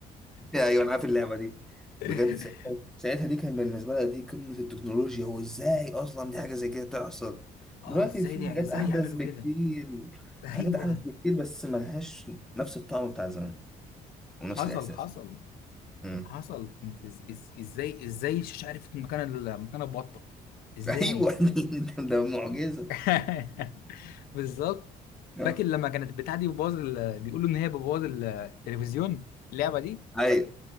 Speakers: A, in the centre; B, on the left (about 85°).
A: <laughs> ايوه انا عارف اللعبه دي
B: <laughs>
A: بجد ساعتها ساعتها دي كان بالنسبه لها دي قمه التكنولوجيا وازاي اصلا دي حاجه زي كده تحصل
B: اه
A: دلوقتي
B: ازاي
A: في
B: دي
A: حاجات
B: ازاي
A: احدث
B: يعملوا
A: بكتير
B: كده ايوه
A: في حاجات احدث بكتير بس ملهاش نفس الطعم بتاع زمان ونفس
B: حصل
A: الاحساس
B: حصل
A: امم
B: حصل كنت إز- إز- ازاي ازاي مش عارف مكان ال- مكان البطه ازاي
A: <laughs> ايوه <laughs> ده ده معجزه
B: <laughs> بالظبط
A: آه.
B: فاكر لما كانت البتاعه دي بتبوظ ال- بيقولوا ان هي بتبوظ التلفزيون اللعبه دي
A: ايوه